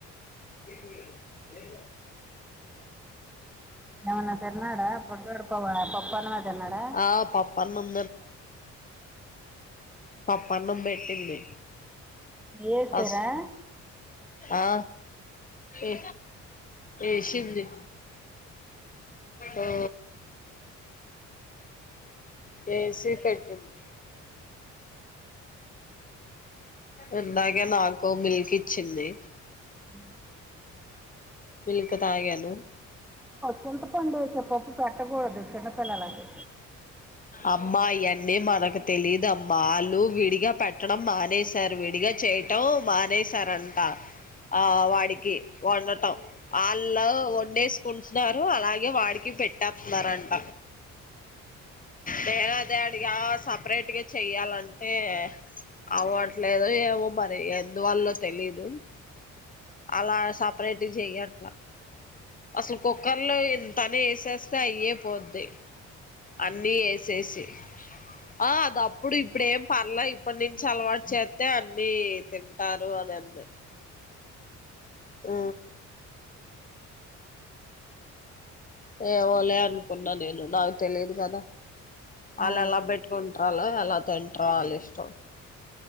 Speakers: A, on the left; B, in the centre.
A: <inaudible>
B: ఎమన్నా తిన్నాడా <unintelligible> కొవ పప్పాన్నమే తిన్నాడా
A: ఆ పప్పన్నం పప్పనం పెట్టింది
B: వేసారా
A: అస్ ఆ ఏ ఏషింది ఓ ఏసి పెట్టింది ఇందాకె నాకు మిల్క్ ఇచ్చింది
B: ఊ
A: మిల్క్ తాగాను
B: చింతపండు ఏసే పప్పు పెట్టకూడదు చిన్నపిల్లలకి
A: అమ్మా ఎన్ని మనకు తెలీదమ్మా వాళ్ళు విడిగా పెట్టడం మానేసారు విడిగా చేయటం మానేసారంట ఆ వాడికి వండటం ఆల్ ళ్లు అలా వండేసుకుంటున్నారు అలాగే వాడికి పెట్టేతున్నారంట దేనాదేడిగా సపరేట్గా చెయ్యాలంటే అవట్లేదో ఏమో మరి ఎందువల్లో తెలీదు అలా సపరేటు చెయ్యట్లా అసలు కుక్కర్లో ఇంతనే వేసేస్తే అయ్యే పోద్ది అన్నీ ఏసేసి ఆ అది అప్పుడు ఇప్పుడేం పర్ల ఇప్పటి నుంచి అలవాటు చేతె అన్ని తింటారు అ నన్నే ఊ ఏవోలే అనుకున్నా నేను నాకు తెలిదు కదా ఆళ్ళు
B: ఆ,
A: అలా బెట్టుకుం ట్రల ఎలా తింట్రాలిష్టం